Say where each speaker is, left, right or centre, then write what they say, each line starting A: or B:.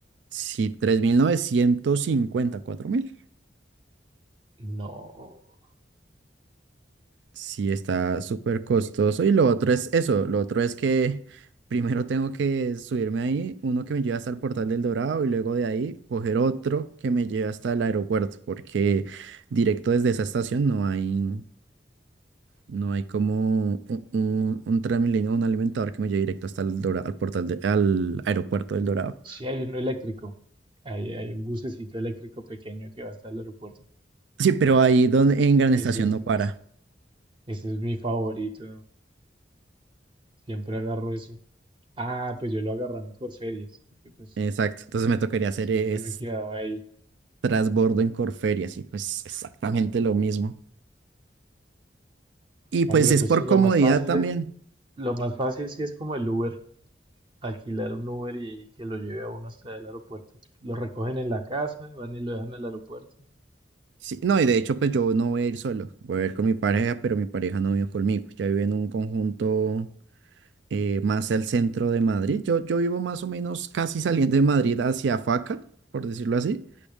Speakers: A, on the right; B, on the right.
A: si tres mil novecientos cincuenta cuatro mil.
B: No.
A: Sí, está súper costoso. Y lo otro es eso, lo otro es que <laughs> primero tengo que subirme ahí, uno que me lleva hasta el Portal del Dorado y luego de ahí coger otro que me lleve hasta el aeropuerto, porque directo desde esa estación no hay, no hay como un, un, un Transmilenio, un alimentador que me lleve directo hasta el Dorado, al portal de- al aeropuerto del Dorado.
B: Sí, hay uno eléctrico. Hay, hay un bucecito eléctrico pequeño que va hasta el aeropuerto.
A: Sí, pero ahí donde, en Gran
B: Ese
A: Estación
B: es,
A: no para.
B: Ese es mi favorito. Siempre agarro ese. Ah, pues yo lo agarraba en Corferias, porque pues
A: Exacto. Entonces me tocaría hacer
B: siempre
A: es
B: me quedaba ahí.
A: trasbordo en Corferia, sí, pues exactamente lo mismo. Y
B: Hombre,
A: pues es
B: pues
A: por
B: sí,
A: comodidad
B: lo más fácil
A: también.
B: es- lo más fácil sí es como el Uber, alquilar un Uber y que lo lleve a uno hasta el aeropuerto. Lo recogen en la casa, van y lo dejan al aeropuerto.
A: Sí, no, y de hecho, pues yo no voy a ir solo, voy a ir con mi pareja, pero mi pareja no vive conmigo. Ya vive en un conjunto eh, más al centro de Madrid. Yo, yo vivo más o menos casi saliendo de Madrid hacia Faca, por decirlo así,